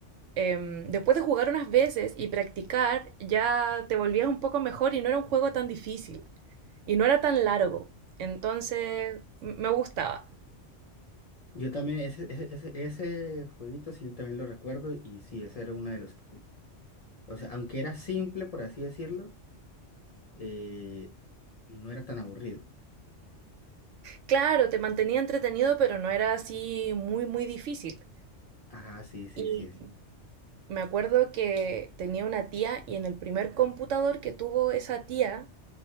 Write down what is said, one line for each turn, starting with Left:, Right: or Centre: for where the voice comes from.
Right: em, después de jugar unas veces y practicar, ya te volvías un poco mejor y no era un juego tan difícil y no era tan largo, entonces m- me gustaba.
Left: Yo también, ese, ese, ese, ese jueguito sí también lo recuerdo y sí, ese era uno de los... que- O sea, aunque era simple, por así decirlo, eh, no era tan aburrido.
Right: Claro, te mantenía entretenido, pero no era así muy, muy difícil.
Left: Ajá, sí, sí,
Right: Y
Left: sí, sí.
Right: me acuerdo que tenía una tía y en el primer computador que tuvo esa tía,